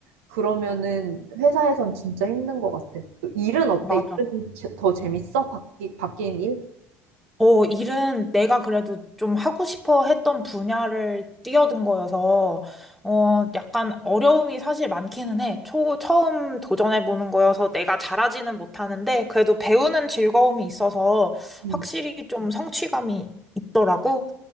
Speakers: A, on the right (about 75°); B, in the centre.
A: 그러면은 회사에선 진짜 힘든 것 같아. 또 일은 어때?
B: 맞아.
A: 일은 제- 더 재밌어? 바뀌, 바뀐 일?
B: 어, 일은 내가 그래도 좀 하고 싶어 했던 분야를 뛰어든 거여서, 어, 약간 어려움이 사실 많기는 해. 초, 처음 도전해보는 거여서 내가 잘하지는 못하는데, 그래도 배우는 즐거움이 있어서
A: 음.
B: 확실히 좀 성취감이 있더라고.